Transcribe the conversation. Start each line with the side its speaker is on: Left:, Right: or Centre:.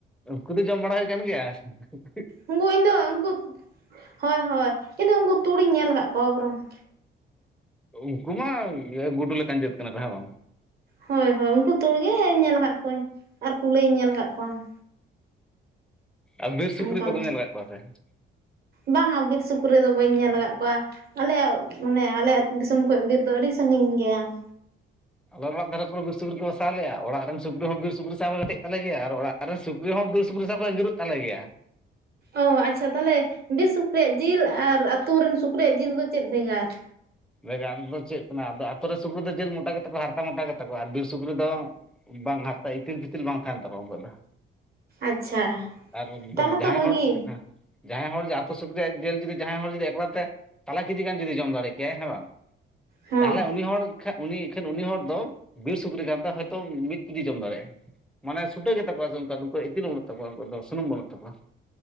Centre: ᱩᱱᱠᱩ ᱫᱚ ᱡᱚᱢ ᱵᱟᱲᱟ ᱦᱩᱭ ᱟᱠᱟᱱ ᱜᱮᱭᱟ ᱾
Right: ᱩᱱᱠᱩ ᱤᱧ ᱫᱚ ᱩᱱᱠᱩ ᱦᱳᱭ ᱦᱳᱭ ᱤᱧ ᱫᱚ ᱩᱱᱠᱩ ᱛᱩᱲᱤᱧ ᱧᱮᱞ ᱟᱠᱟᱫ ᱠᱚᱣᱟ ᱵᱚᱨᱚᱝ ᱾
Centre: ᱩᱱᱠᱩ ᱢᱟ ᱜᱩᱰᱩ ᱞᱮᱠᱟᱱ ᱡᱟᱹᱛ ᱠᱟᱱᱟ ᱠᱚ ᱦᱮ ᱵᱟᱝ
Right: ᱦᱳᱭ ᱦᱳᱭ ᱩᱱᱠᱩ ᱛᱩᱲ ᱜᱮ ᱧᱮᱞ ᱟᱠᱟᱫ ᱠᱚᱣᱟᱟᱹᱧ ᱟᱨ ᱠᱩᱞᱟᱹᱭ ᱤᱧ ᱧᱮᱞ ᱟᱠᱟᱫ ᱠᱚᱣᱟ ᱾
Centre: ᱟᱨ ᱵᱤᱨ
Right: ᱚᱱᱠᱟ
Centre: ᱥᱩᱠᱨᱤ ᱠᱚᱫᱚᱢ
Right: ᱫᱚ
Centre: ᱧᱮᱞ ᱟᱠᱟᱫ ᱠᱚᱣᱟ ᱥᱮ ᱾
Right: ᱵᱟᱝᱟ ᱵᱤᱨ ᱥᱩᱠᱨᱤ ᱫᱚ ᱵᱟᱹᱧ ᱧᱮᱞ ᱟᱠᱟᱫ ᱠᱚᱣᱟ ᱾ ᱟᱞᱮᱭᱟᱜ ᱢᱟᱱᱮ ᱟᱞᱮ ᱟᱹᱛᱩ ᱫᱤᱥᱚᱢ ᱠᱷᱚᱱ ᱵᱤᱨ ᱫᱚ ᱟᱹᱰᱤ ᱥᱟᱺᱜᱤᱧ ᱜᱮᱭᱟ ᱾
Centre: ᱟᱞᱮ ᱚᱲᱟᱜ ᱫᱷᱟᱨᱮ ᱠᱚᱨᱮ ᱵᱤᱨ ᱥᱩᱠ ᱠᱚ ᱵᱟᱥᱟ ᱟᱞᱮᱭᱟ ᱚᱲᱟᱜ ᱨᱮᱱ ᱥᱩᱠᱨᱤ ᱦᱚᱸ ᱵᱤᱨ ᱥᱩᱠᱨᱤ ᱥᱟᱶ ᱜᱟᱛᱮᱜ ᱛᱟᱞᱮᱜᱮᱭᱟ ᱟᱨ ᱚᱲᱟᱜ ᱟᱨ ᱥᱩᱠᱨᱤ ᱦᱚᱸ ᱵᱤᱨ ᱥᱩᱠᱨᱤ ᱥᱟᱶ ᱠᱚ ᱟᱸᱪᱩᱨᱚᱜ ᱛᱟᱞᱮ ᱜᱮᱭᱟ ᱾
Right: ᱚ ᱟᱪᱪᱷᱟ ᱛᱟᱦᱚᱞᱮ ᱵᱤᱨ ᱥᱩᱠᱨᱤᱭᱟᱜ ᱡᱤᱞ ᱟᱨ ᱟᱛᱩ ᱨᱮᱱ ᱥᱩᱠᱨᱤᱭᱟᱜ ᱡᱤᱞ ᱫᱚ ᱪᱮᱫ ᱵᱷᱮᱜᱟᱨ?
Centre: ᱵᱮᱜᱟᱨ ᱫᱚ ᱪᱮᱫ ᱠᱟᱱᱟ ᱟᱫᱚ ᱟᱛᱳ ᱨᱮ ᱥᱩᱠᱨᱤ ᱫᱚ ᱡᱤᱞ ᱢᱚᱴᱟ ᱜᱮ ᱛᱟᱠᱭᱟ ᱦᱟᱨᱛᱟ ᱢᱚᱴᱟ ᱜᱮᱛᱟ ᱠᱚᱣᱟ ᱟᱨ ᱵᱤᱨ ᱥᱩᱠᱨᱤ ᱫᱚ ᱵᱟᱝ ᱦᱟᱨᱛᱟ ᱤᱛᱤᱞ ᱯᱷᱤᱛᱤᱞ ᱵᱟᱝ ᱛᱟᱦᱮᱱ ᱛᱟᱠᱚᱣᱟ ᱩᱱᱠᱩᱣᱟᱜ ᱫᱚ ᱾
Right: ᱟᱪᱪᱷᱟ
Centre: ᱟᱨ ᱡᱟᱦᱟᱸᱭ
Right: ᱛᱟᱦᱚᱞᱮ ᱛᱚ ᱵᱷᱟᱹᱜᱤ
Centre: ᱦᱚᱲ ᱦᱮᱸ᱾ ᱡᱟᱦᱟᱸᱭ ᱦᱚᱲ ᱡᱮ ᱟᱛᱳ ᱥᱩᱠᱨᱤ ᱨᱮᱭᱟᱜ ᱡᱤᱞ ᱡᱩᱫᱤ ᱡᱟᱦᱟᱸᱭ ᱦᱚᱲ ᱡᱩᱫᱤ ᱮᱠᱞᱟ ᱛᱮ ᱛᱟᱞᱟ ᱠᱮᱡᱤ ᱜᱟᱱ ᱡᱩᱫᱤ ᱡᱚᱢ ᱫᱟᱲᱮ ᱠᱮᱭᱟᱭ ᱦᱮᱸ ᱵᱟᱝ
Right: ᱦᱮᱸ
Centre: ᱛᱟᱦᱚᱞᱮ ᱩᱱᱤ ᱦᱚᱲ ᱮᱱ ᱩᱱᱤ ᱮᱱᱠᱷᱟᱱ ᱩᱱᱤ ᱦᱚᱲ ᱫᱚ ᱵᱤᱨ ᱥᱩᱠᱨᱤ ᱠᱟᱱ ᱛᱟᱭᱟ ᱦᱚᱭᱛᱳ ᱢᱤᱫ ᱠᱚᱫᱤᱭ ᱡᱚᱢ ᱫᱟᱲᱮᱭᱟᱜᱼᱟ᱾ ᱢᱟᱱᱮ ᱥᱩᱴᱟᱹ ᱜᱮ ᱛᱟᱠᱭᱟ ᱥᱮ ᱩᱱᱠᱩᱣᱟᱜ ᱫᱚ ᱤᱛᱤᱞ ᱦᱸ ᱵᱟᱹᱱᱩᱜ ᱛᱟᱣᱟ ᱩᱱᱠᱩᱭᱟᱜ ᱫᱚ ᱥᱩᱱᱩᱢ ᱵᱟᱱᱩᱜ ᱛᱟᱠᱚᱣᱟ ᱾